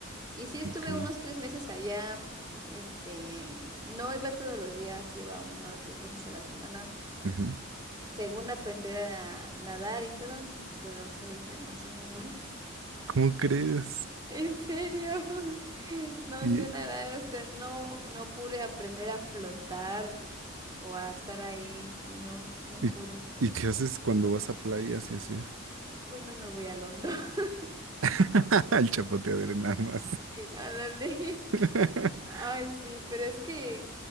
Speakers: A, on the right; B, on the right.
A: y sí estuve
B: ok.
A: unos tres meses allá. Este, en- no iba todos los días, iba unas dos veces a la semana,
B: Ujú. <laughs>
A: según aprender a nadar y todo, pero hasta ahorita no sé nadar. <laughs>
B: ¿Cómo crees?
A: ¿En serio? <laughs> No
B: ¿Y,
A: sé nada, este, no, no pude aprender a flotar o a estar ahí. No, no
B: y,
A: pude.
B: y qué haces cuando vas a playas y así?
A: Pues no me voy al hondo. <laughs>
B: <laughs> El chapoteadero nada más.
A: Ándale.
B: <laughs>
A: Ay, sí, pero es que,